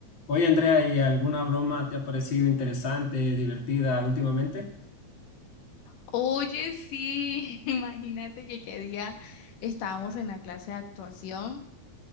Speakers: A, on the left (about 40°); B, on the left (about 85°).
A: Oye, Andrea, ¿y alguna broma te ha parecido interesante, divertida últimamente?
B: Oye, sí, <laughs> imagínate que qué día estábamos en la clase de actuación